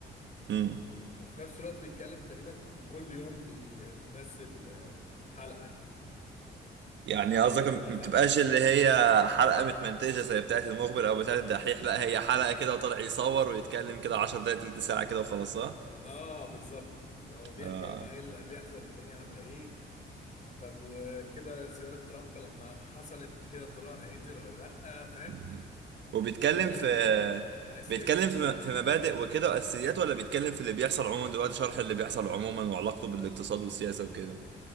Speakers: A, on the right (about 65°); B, on the left (about 40°).
A: مم.
B: وفي نفس الوقت بيتكلم تقريبا كل يوم بي... بينزل آه، حلقه يعني
A: يعني قصدك
B: فهو لطيف
A: ما بتبقاش
B: عشان كده
A: اللي هي حلقة متمنتجة زي بتاعة المخبر او بتاعة الدحيح لا هي حلقة كده وطالع يصور ويتكلم كده 10 دقايق تلت ساعة كده وخلاص صح؟
B: اه بالظبط اللي هو بيحكي
A: آه.
B: يا جماعه ايه اللي بيحصل الدنيا عامله ايه طب وكده زياره ترامب لما حصلت كده الدولار هينزل ولا لا فاهم
A: مم. وبيتكلم
B: بيفضل
A: في
B: يديك الحيثيات
A: بيتكلم
B: كلها
A: في في مبادئ وكده واساسيات ولا بيتكلم في اللي بيحصل عموما دلوقتي شرح اللي بيحصل عموما وعلاقته بالاقتصاد والسياسة وكده